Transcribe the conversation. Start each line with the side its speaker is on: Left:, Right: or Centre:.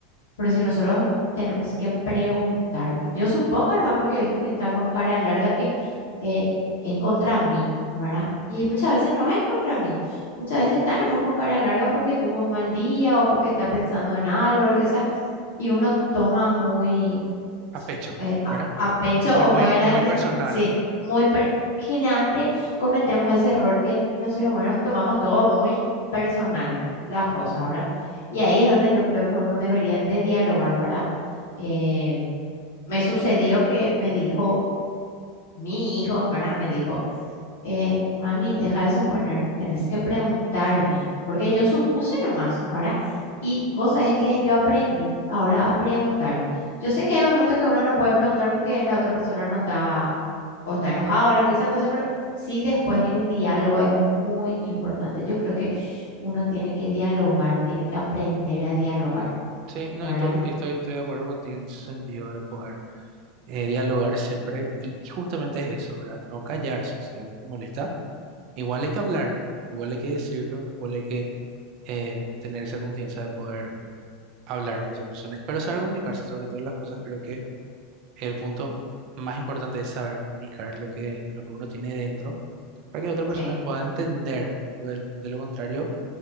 Left: Pero si nosotros tenemos que preguntar, yo supongo nomás porque he visto que está con cara larga que eh, es contra mí, ¿verdad? Y muchas veces no es contra mí, muchas veces está nomás con cara larga porque tuvo un mal día o porque está pensando en algo o lo que sea, y uno toma muy
Right: a pecho,
Left: eh, a,
Right: ¿verdad?
Left: a pecho
Right: Muy,
Left: o
Right: muy,
Left: muy a la
Right: muy
Left: defensiva.
Right: personal.
Left: Sí, muy per- generalmente cometemos ese error que los seres humanos tomamos todo muy personal, las
Right: Mm,
Left: cosas, ¿verdad? Y ahí es donde yo creo que uno debería de dialogar, ¿verdad? Eh, me sucedió que me dijo mi hijo, ¿verdad? Me dijo eh, mami, deja de suponer, tenés que preguntarme, porque yo supuse nomás, ¿verdad? Y vos sabés que yo aprendí ahora a preguntar. Yo sé que hay
Right: mm.
Left: momentos que uno no puede preguntar porque la otra persona no está o está enojado o lo que sea, entonces, pero sí después el diálogo es muy importante. Yo creo que uno tiene que dialogar, tiene que aprender a dialogar,
Right: Sí, no,
Left: ¿verdad?
Right: y to- y estoy, estoy de acuerdo contigo en ese sentido de poder eh, dialogar siempre y, y justamente es eso, ¿verdad? No callarse, si algo te molesta, igual hay que hablarlo, igual hay que decirlo, igual hay que eh, tener esa confianza de poder hablar con esa persona, pero saber comunicarse sobre todas las cosas, creo que el punto más importante es saber comunicar lo que, lo que uno tiene dentro para que la otra persona
Left: Sí,
Right: pueda entender, ¿verdad? Porque de, de lo contrario